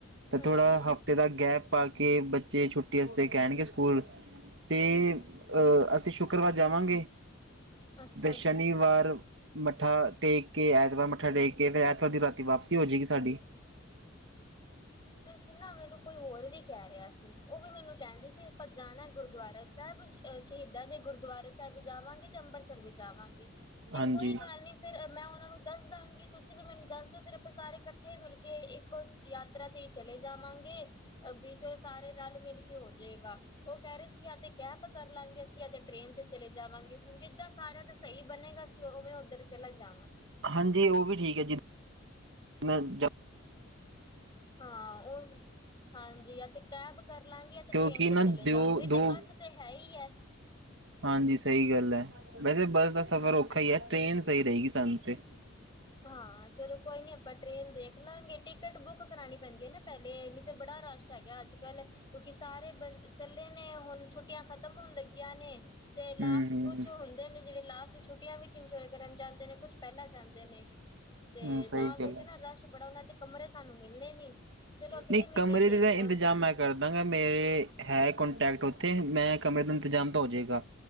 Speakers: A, on the right; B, on the left.
A: ਤੇ
B: ਹਮ
A: ਥੋੜਾ ਹਫ਼ਤੇ ਦਾ ਗੈਪ ਪਾ ਕੇ, ਕਿ ਬੱਚੇ ਛੁੱਟੀ ਵਾਸਤੇ ਕਹਿਣਗੇ ਸਕੂਲ ਤੇ ਅਹ ਅਸੀਂ ਸ਼ੁੱਕਰਵਾਰ ਜਾਵਾਂਗੇ।
B: ਅੱਛਾ
A: ਤੇ
B: ਜੀ
A: ਸ਼ਨੀਵਾਰ, ਮੱਥਾ ਟੇਕ ਕੇ ਐਤਵਾਰ ਮੱਥਾ ਟੇਕ ਕੇ ਫਿਰ ਐਤਵਾਰ ਦੀ ਰਾਤੀ ਵਾਪਸੀ ਹੋ ਜਾਏਗੀ ਸਾਡੀ,
B: ਜ ਨਾ ਮੈਨੂੰ ਕੋਈ ਹੋਰ ਵੀ ਕਹਿ ਰਿਹਾ ਸੀ ਉਹ ਵੀ ਮੈਨੂੰ ਕਹਿੰਦੇ ਸੀ ਆਪਾਂ ਜਾਣਾ ਗੁਰਦੁਆਰਾ, ਸਾਹਿਬ ਸ਼ਹੀਦਾਂ ਦੇ ਗੁਰਦੁਆਰੇ ਸਾਹਿਬ ਵੀ ਜਾਵਾਂਗੇ ਤੇ ਅੰਬਰਸਰ ਵੀ ਜਾਵਾਂਗੇ। ਤੇ
A: ਹਾਂਜੀ
B: ਕੋਈ ਗੱਲ ਨੀ ਫੇਰ ਮੈਂ, ਨੂੰ ਦੱਸ ਦਾਂਗੀ ਤੁਸੀਂ ਵੀ ਮੈਨੂੰ ਦੱਸ ਦਿਓ ਤੇਰੇ ਸਾਰੇ ਇਕੱਠੇ ਮਿਲ ਕੇ, ਕੇ ਇੱਕੋ ਯਾਤਰਾ ਤੇ ਚਲੇ ਜਾਵਾਂਗੇ, ਵੀ ਸਾਰੇ ਰਲ ਮਿਲ ਕੇ ਹੋ ਜਾਏਗਾ ਉਹ ਕਹਿ ਰਹੇ ਸੀ ਜਾਂ ਤੇ ਕੈਬ ਕਰ ਲਾਂਗੇ ਅਸੀਂ ਤੇ ਟ੍ਰੇਨ ਤੇ ਚਲੇ ਜਾਵਾਂਗੇ। ਹੁਣ ਜਿੱਦਾਂ ਸਾਰਿਆਂ ਤਾਂ ਸਹੀ ਬਣੇਗਾ। ਸੀ ਉਵੇਂ ਉੱਧਰ ਚਲਾ ਜਾਵਾਂ।
A: ਹਾਂਜੀ ਉਹ ਵੀ ਠੀਕ ਹੈ ਜੀ, <unintelligible>
B: ਹਾਂ ਉਹ ਹਾਂਜੀ ਆ ਤੇ ਕੈਬ ਕਰ ਲਾਂਗੇ, ਆ ਤੇ
A: ਕਿਉਂਕਿ
B: ਟ੍ਰੇਨ ਤੇ
A: ਨਾ
B: ਚਲੇ
A: ਦਿਓ
B: ਜਾਵਾਂਗੇ ਤੇ
A: ਦੋ
B: ਬੱਸ ਤੇ ਹੈ ਹੀ ਹੈ।
A: ਹਾਂਜੀ ਸਹੀ ਗੱਲ ਹੈ, ਵੈਸੇ ਬੱਸ ਦਾ ਸਫ਼ਰ
B: ਹਾਂ
A: ਔਖਾ ਹੀ ਹੈ ਟ੍ਰੇਨ, ਸਹੀ ਰਹੇਗੀ ਸਾਨੂੰ ਤੇ,
B: ਹਾਂ ਚਲੋ ਕੋਈ ਨੀ ਆਪਾਂ ਟ੍ਰੇਨ ਦੇਖ ਲਵਾਂਗੇ ਟਿਕਟ ਬੁੱਕ ਕਰਾਣੀ ਪੈਂਦੀ ਹੈ ਨਾ ਪਹਿਲੇ ਨੀ ਤੇ ਬੜਾ ਰਸ਼ ਹੈਗਾ ਅੱਜ ਕੱਲ੍ਹ ਕਿਉਂਕਿ ਸਾਰੇ ਬੰ ਚੱਲੇ ਨੇ ਹੁਣ ਛੁੱਟੀਆਂ ਖਤਮ ਹੋਣ ਲੱਗੀਆਂ ਨੇ ਤੇ ਲਾਸਟ
A: ਹਮ ਹਮ
B: ਕੁਛ ਹੁੰਦੇ ਨੇ, ਜਿਹੜੇ ਲਾਸਟ ਦੀ ਛੁੱਟੀਆਂ ਵਿੱਚ ਇੰਜੋਏ ਕਰਨ ਜਾਂਦੇ ਨੇ ਕੁੱਝ ਪਹਿਲਾਂ ਜਾਂਦੇ ਨੇ, ਤੇ
A: ਹਮ ਸਹੀ
B: ਤਾਂ ਕਰਕੇ
A: ਗੱਲ ਹੈ
B: ਨਾ ਰਸ਼ ਬੜਾ ਉਹਨਾਂ ਤੇ ਕਮਰੇ ਸਾਨੂੰ, ਮਿਲਣੇ ਨੀ, ਚਲੋ ਅਗਲੇ
A: ਨਹੀਂ
B: ਮਹੀਨੇ
A: ਕਮਰੇ
B: ਹੀ ਦੇਖ
A: ਦੇ ਤਾਂ
B: ਲਾਂਗੇ
A: ਇੰਤਜ਼ਾਮ
B: ਫਿਰ
A: ਮੈਂ ਕਰਦਾਂਗਾ ਮੇਰੇ ਹੈ ਕੋਂਟੈਕਟ ਥ ਮੈਂ ਕਮਰੇ ਦਾ ਇੰਤਜ਼ਾਮ ਤਾਂ ਹੋ ਜਾਏਗਾ